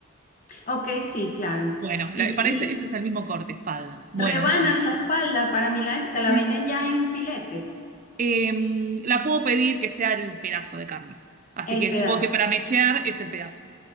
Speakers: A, on the left; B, on the right.
A: Ok, sí, claro.
B: Bueno, la-
A: Y,
B: parece,
A: y
B: ese ese es el mismo corte, falda. Bueno,
A: rebanas
B: entonces.
A: la falda para milanesa,
B: Sí.
A: te la venden ya en filetes,
B: Em, la puedo pedir que sea el pedazo de carne. Así
A: el
B: que
A: pedazo.
B: supongo que para mechear es el pedazo.